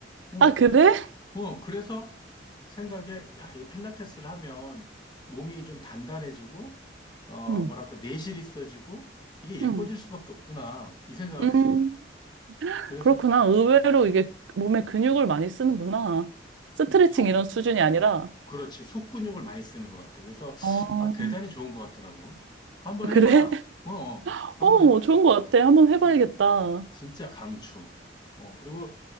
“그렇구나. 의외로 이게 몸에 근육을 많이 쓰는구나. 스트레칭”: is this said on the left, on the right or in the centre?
Right